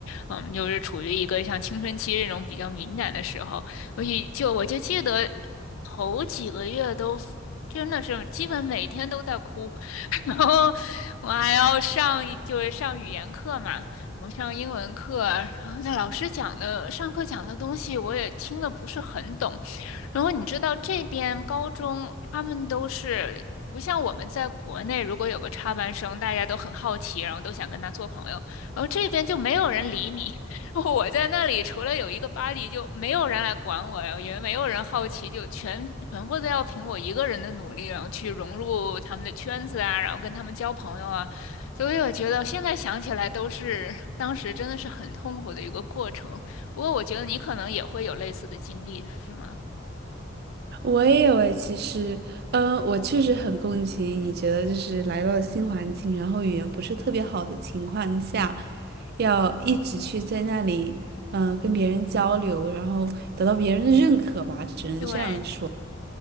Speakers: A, on the left (about 85°); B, on the right (about 50°).
A: 嗯，又是处于一个像青春期这种比较敏感的时候，所以就我就记得头几个月都真的是基本每天都在哭，<laughs> 然后我还要上就是上语言课嘛，我上英文课，然后在老师讲的上课讲的东西我也听的不是很懂，然后你知道这边高中他们都是。不像我们在国内，如果有个插班生，大家都很好奇，然后都想跟他做朋友。然后这边就没有人理你，我在那里除了有一个 b u d y 就没有人来管我，然后也没有人好奇，就全全部都要凭我一个人的努力，然后去融入他们的圈子啊，然后跟他们交朋友啊。所以我觉得现在想起来都是当时真的是很痛苦的一个过程。不过我觉得你可能也会有类似的经历，是吗？
B: 我也有诶，其实，嗯，我确实很共情。你觉得就是来到了新环境，然后语言不是特别好的情况下，要一直去在那里，嗯，跟别人交流，然后得到别人的认可吧，只能这样说。
A: 对，